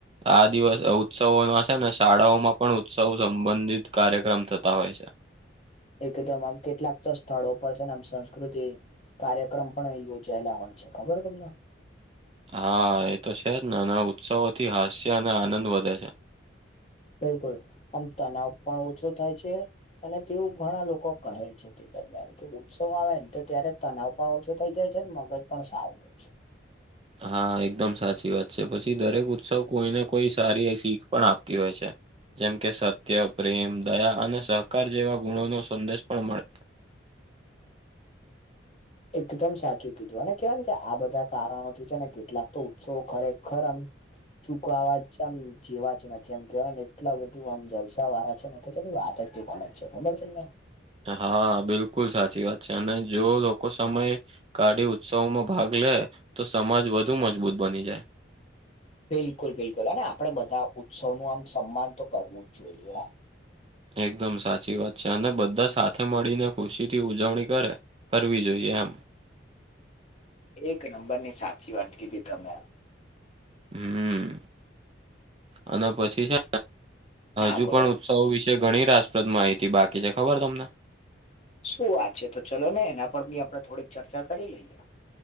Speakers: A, on the right; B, on the left.
A: આ દિવસ ઉત્સવોમાં છે ને શાળાઓમાં પણ ઉત્સવ સંબંધિત કાર્યક્રમ થતા હોય છે.
B: એકદમ આમ કેટલાક તો સ્થળો પર છે ને આમ સંસ્કૃતિ કાર્યક્રમ પણ યોજાયેલા હોય છે. ખબર તમને?
A: હા એ તો છે જ ને અને ઉત્સવોથી હાસ્ય અને આનંદ વધે છે.
B: બિલકુલ આમ તનાવ પણ ઓછો થાય છે અને તેવું ઘણા લોકો કહે છે. દરમિયાન કે ઉત્સવ આવે તો ત્યારે તનાવ પણ ઓછો થઈ જાય છે ને મગજ પણ સારું રેય છે.
A: હા એકદમ સાચી વાત છે, પછી દરેક ઉત્સવ કોઈને કોઈ સારી શીખ પણ આપતી હોય છે. જેમ કે સત્ય, પ્રેમ, દયા અને સહકાર જેવા ગુણો નો સંદેશ પણ મળે.
B: એકદમ સાચું કીધું અને કેહેવાય કે આ બધા કારણોથી છે, ને કેટલાક તો ઉત્સવ ખરેખર આમ. ચૂક આવાજ છે, આમ જેવા જ નથી એમ કેવાય ને એટલા બધું આમ જલસા વાળા છે, નથી વાત જ કોલેજ છે, ખબર છે, મને
A: હા બિલકુલ સાચી વાત છે, અને જો લોકો સમય કાઢી ઉત્સવોમાં ભાગલે તો સમાજ વધુ મજબૂત બની જાય.
B: બિલકુલ બિલકુલ અને આપડે બધા ઉત્સવ નું આમ સન્માન તો કરવું જ જોઈએ,
A: એકદમ સાચી વાત છે, અને બધા સાથે મળીને ખુશીથી ઉજવણી કરે. કરવી જોઈએ, એમ
B: એક નંબરની સાચી વાત કીધી તમે,
A: હું <inaudible> અને પછી છે,
B: હા
A: હજુ
B: બોલો
A: પણ. સૌ વિશે ઘણી રાસપ્રદ માહિતી બાકી છે, ખબર તમને
B: શું વાત છે, તો ચલોને એના પર થી આપડે થોડીક ચર્ચા કરી લઈએ.